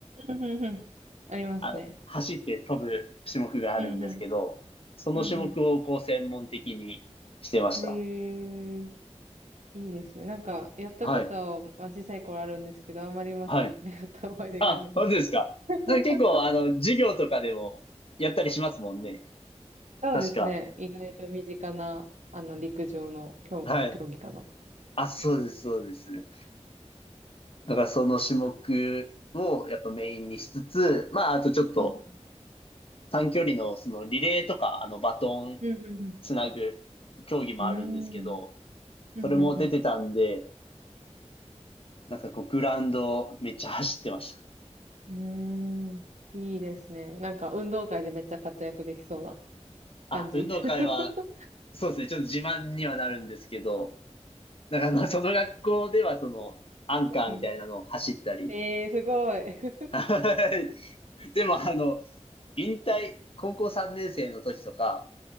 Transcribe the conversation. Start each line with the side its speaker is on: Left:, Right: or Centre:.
Right: うんうんうん。ありますね。
Left: あ、走って飛ぶ種目があるんですけど、
Right: うんうん。
Left: その種目をこう専門的にしてました。
Right: うんうん。えー。いいですね。なんか、やったことは、
Left: はい。
Right: まあ、小さい頃あるんですけど、あんまりうまくできなかった思い出があります。
Left: はい。あ、本当ですか。
Right: <laughs>
Left: なんか結構、あの、授業とかでもやったりしますもんね。
Right: そうですね。
Left: 確か。
Right: 意外と身近な、あの、陸上の競、
Left: はい。
Right: 競技かな
Left: あ、そうです、そうです。だからその種目をやっぱメインにしつつ、まあ、あとちょっと
Right: うん
Left: 短距離のそのリレーとか、あの、バトン
Right: うん
Left: つなぐ競技もあるんですけど、
Right: うんうんうんうん。
Left: それも出てたんで、
Right: うんうんうんうん
Left: なんかこう、グラウンドめっちゃ走ってました。
Right: うんいいですね。なんか、運動会でめっちゃ活躍できそうな感じ。
Left: あ、運動会は、
Right: <laughs>
Left: そうですね、ちょっと自慢にはなるんですけど、だからまあ、その学校ではその、アンカーみたいなのを走ったり、
Right: うんえー、すごい。<laughs>
Left: はい。<laughs> でも、あの、引退、高校3年生の時とか、